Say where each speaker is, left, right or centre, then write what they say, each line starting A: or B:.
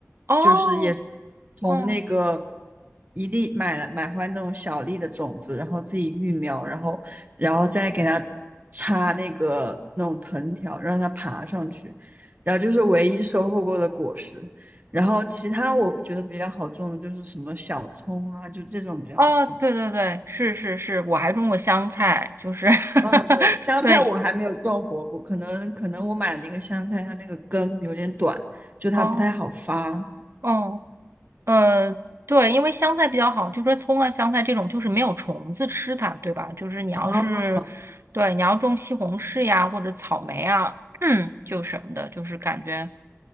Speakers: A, on the right; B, on the right.
A: 哦，
B: 就是也是从那个
A: 嗯。
B: 一粒买了买回来那种小粒的种子，然后自己育苗，然后然后再给它插那个那种藤条，让它爬上去。然后就是唯一收获过的果实。然后其他我觉得比较好种的就是什么小葱啊，就这种比较好种。
A: 哦，对对对，是是是，我还种过香菜，就是 <laughs>
B: 嗯，对，香菜我还没有种活过，
A: 对，
B: 可能可能我买那个香菜，它那个根有点短，就它不太好发。
A: 哦哦，呃，对，因为香菜比较好，就说葱啊、香菜这种就是没有虫子吃它，对吧？就是你要是对你要种西红柿呀或者草莓啊，
B: 哦，
A: <clears throat> 嗯，就什么的，就是感觉